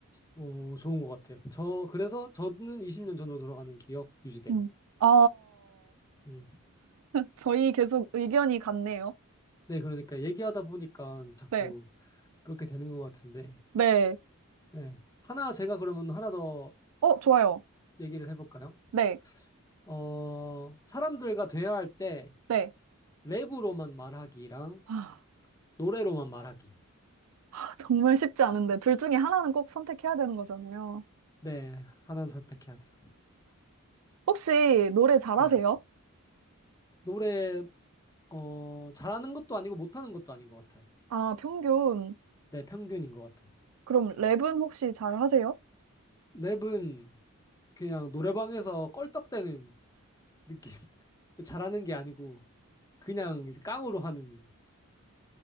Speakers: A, on the left (about 15°); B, on the right (about 80°).
A: 어, 좋은 것 같아요. 저, 그래서 저는 20년 전으로 돌아가는 기억 유지됨.
B: 음. 아,
A: 음.
B: 저희 계속 의견이 같네요.
A: 네, 그러니까 얘기하다 보니까 자꾸
B: 네.
A: 그렇게 되는 것 같은데,
B: 네.
A: 네. 하나 제가 그러면 하나 더
B: 어, 좋아요.
A: 얘기를 해볼까요?
B: 네.
A: 어, 사람들과 대화할 때
B: 네.
A: 랩으로만 말하기랑
B: 아,
A: 노래로만 말하기.
B: <laughs> 정말 쉽지 않은데. 둘 중에 하나는 꼭 선택해야 되는 거잖아요.
A: 네, 하나는 선택해야 돼요.
B: 혹시 노래 잘하세요?
A: 네. 노래, 어, 잘하는 것도 아니고 못하는 것도 아닌 것 같아요.
B: 아, 평균.
A: 네, 평균인 것 같아요.
B: 그럼 랩은 혹시 잘하세요?
A: 랩은 그냥 노래방에서 껄떡대는 느낌. <laughs> 잘하는 게 아니고 그냥 이제 깡으로 하는,